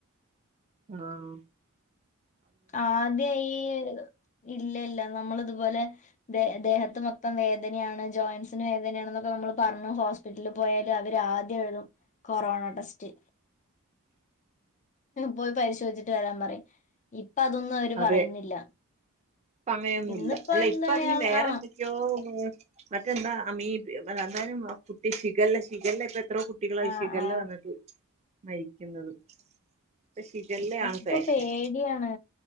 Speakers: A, on the right; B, on the left.
A: ആ
B: ആദ്യ ഈ ഇല്ല ഇല്ല നമ്മള് ഇതുപോലെ ദേ ദേഹത്ത് മൊത്തം വേദനയാണ്. ജോയിന്റ്സിന് വേദനയാണൊന്നക്ക പ നമ്മള് പറന് ഹോസ്പിറ്റലിൽ പോയാല് അവര് ആദ്യം എഴുതും കൊറോണ ടെസ്റ്റ്. പോയി പരിശോയ്ച്ച്ട്ട് വരാൻ പറയും. ഇപ്പ അതൊന്നും അവര്
A: അതെ
B: പറയുന്നില്ല.
A: ഇപ്പ അങ്ങയൊന്നുല്ല.
B: ഇന്നിപ്പോ
A: അല്ല
B: എന്താ
A: ഇപ്പ അതിന്
B: അയാൾ
A: വേറെ
B: ആ
A: എന്തൊക്കെയോ മറ്റെന്താ അമീബയോ അല്ല എന്തായലും അ കുട്ടി ഷിഗല്ല ശിഗല്ല ഇപ്പഎ എത്രോ കുട്ടികളാ
B: ആ
A: ഈ ശിഖല്ല
B: ആ
A: വന്ന്ട്ട് മരിക്കുന്നത്. ഇപ്പൊ ശിഖല്ലയാണ്
B: ഇപ്പൊക്ക
A: ഫാഷൻ
B: പേടിയാണ്.